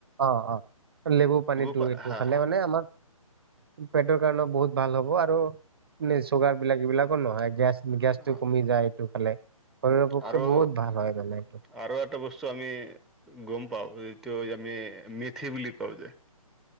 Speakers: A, on the right; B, in the centre.
A: অ'হ, অ'হ, লেবু পানীটো
B: পা
A: এইটো
B: হা
A: খালে মানে আমাক। পেটৰ কাৰণেও বহুত ভাল হ'ব আৰু নে চুগাৰ বিলাক এইবিলাকো নহয় গেছ। গেছটো
B: আ,
A: কমি যায় এইটো খালে শৰীৰৰ পক্ষে
B: আৰু
A: বহুত ভাল হয় মানে এইটো।
B: আৰু এটা বস্তু আমি গম পাওঁ যিটো আমি মেথি বুলি কওঁ যে।